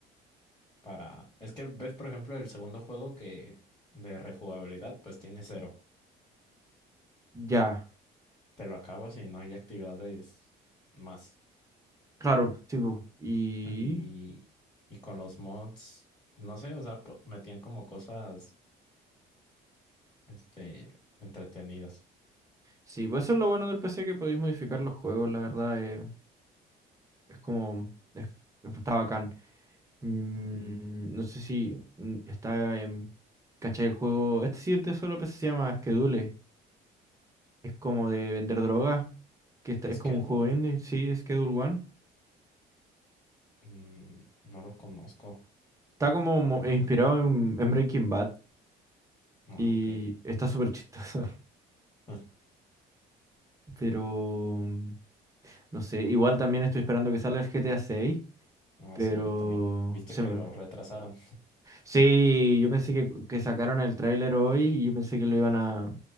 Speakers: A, on the left; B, on the right.
A: para... Es que ves, por ejemplo, el segundo juego que de rejugabilidad, pues tiene cero.
B: Ya,
A: Te lo acabas y no hay actividades más.
B: claro, sí, pu. Y...
A: Y, y con los mods, no sé, o sea, po- metían como cosas, este, entretenidas.
B: Sí, pues eso es lo bueno del PC, que podéis modificar los juegos, la verdad. eh, es como... es- está bacán. Mm,
A: Ujú.
B: no sé si mm, está en... ¿Cachai el juego? Este sí es de solo PC, se llama Schedule. Es como de vender droga. Que está- es
A: Schedule.
B: como un juego indie, sí, Schedule One.
A: Mm, no los conozco.
B: Está como mo- eh, inspirado en, en Breaking Bad
A: Ah,
B: y
A: ok.
B: está súper chistoso.
A: <laughs>
B: <laughs> Pero mm, no sé, igual también estoy esperando que salga el GTA seis
A: Ah,
B: pero
A: sí, yo también. Viste
B: se
A: que
B: me,
A: lo retrasaron.
B: Sí, yo pensé que, que sacaron el tráiler hoy y yo pensé que lo iban a,